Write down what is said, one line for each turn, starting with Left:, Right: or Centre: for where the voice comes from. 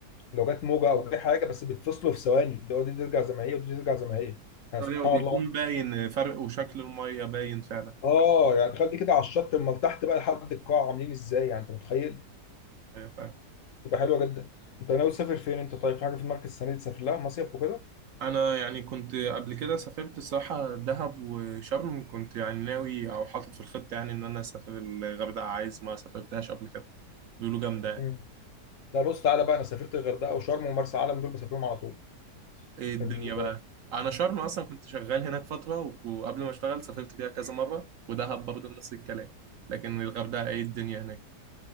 Left: لو جت موجه او جه حاجه بس بيتفصلوا في ثواني اللي هو دي ترجع زي ما هي ودي ترجع زي ما هي يعني
Right: فرع
Left: سبحان
Right: وبيكون بيكون
Left: الله
Right: باين فرق وشكل المية باين فعلا
Left: اه يعني تخيل دي كده على الشط امال تحت بقى لحد القاع عاملين ازاي يعني انت متخيل
Right: أيوة فعلا
Left: تبقى حلوه جدا انت ناوي تسافر فين انت طيب في حاجه في دماغك السنه دي تسافر لها مصيف وكده
Right: أنا يعني كنت قبل كده سافرت الصراحة دهب وشرم كنت يعني ناوي أو حاطط في الخطة يعني إن أنا أسافر الغردقة عايز ما سافرتهاش قبل كده بيقولوا جامدة يعني.
Left: مم. لا بص تعالى بقى انا سافرت الغردقه وشرم ومرسى علم دول بسافرهم على طول
Right: ايه الدنيا
Left: ال-
Right: بقى انا شرم اصلا كنت شغال هناك فتره و- وقبل ما اشتغل سافرت فيها كذا مره ودهب برضه نفس الكلام لكن الغردقه ايه الدنيا هناك